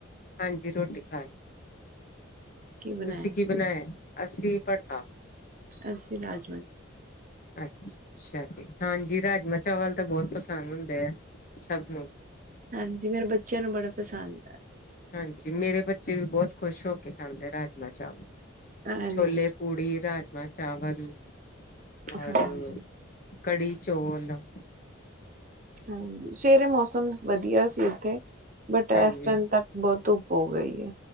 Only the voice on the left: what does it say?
ਹਾਂਜੀ ਰੋਟੀ ਖਾ ਲਈ।
ਤੁਸੀਂ ਕੀ
ਬਣਾਇਆ ਅਸੀਂ ਭੜਥਾ
ਅੱਛਾ ਜੀ, ਹਾਂਜੀ ਰਾਜਮਾਂ-ਚਾਵਲ। ਤਾਂ ਬਹੁਤ ਪਸੰਦ ਹੁੰਦੇਆ ਸਭ ਨੂੰ।
ਹਾਂਜੀ, ਮੇਰੇ ਬੱਚੇ ਵੀ ਬਹੁਤ ਖੁਸ਼ ਹੋ ਕੇ ਖਾਂਦੇ ਰਾਜਮਾਂ- ਚਾਵਲ।
ਛੋਲੇ ਪੂੜੀ ਰਾਜਮਾਂ ਚਾਵਲ ਔਰ
ਕੜੀ ਚੋਲ। <unintelligible>
ਹਾਂਜੀ